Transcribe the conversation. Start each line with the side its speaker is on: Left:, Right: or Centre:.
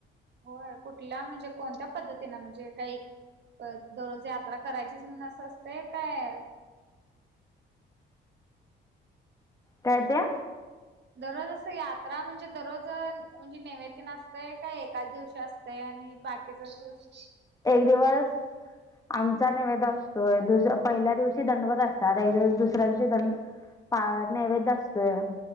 Right: होय कुठला म्हणजे कोणत्या पद्धतीनें म्हणजे काही? दररोज यात्रा करायचीच म्हणून असं असतेय काय?
Left: काय ते
Right: दररोज अस यात्रा म्हणजे दररोज म्हणजे नैवे तेन असतय का एकाच दिवशी असतंय आणि बाकीचा दिवस
Left: एक दिवस आमचा नैवेद असतोय दुस पहिल्या दिवशी दंडवत असतात एक दिवशी दुसऱ्या दिवशी दंड पा नैवेद असतोय